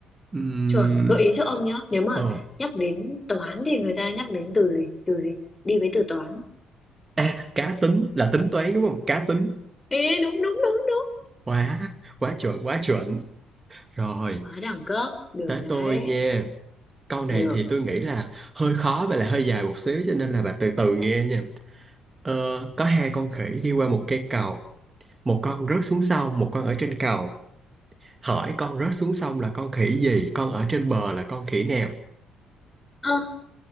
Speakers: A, on the right; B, on the left.
A: Ừm,
B: Chuẩn, gợi ý cho ông nhá. Nếu mà
A: ờ.
B: nhắc đến toán thì người ta nhắc đến từ gì? Từ gì? Đi với từ toán.
A: À, cá tính là tính toán đúng không? Cá tính.
B: Ê, đúng đúng đúng đúng.
A: Quá, quá chuẩn, quá chuẩn. Rồi.
B: Quá đẳng cấp. Được
A: Tới
B: đấy.
A: tôi nha. Câu này
B: Được.
A: thì tôi nghĩ là hơi khó và là hơi dài một xíu cho nên là bà từ từ nghe nha. Ờ, có hai con khỉ đi qua một cây cầu. Một con rớt xuống sông, một con ở trên cầu. Hỏi con rớt xuống sông là con khỉ gì, con ở trên bờ là con khỉ nào?
B: Ơ,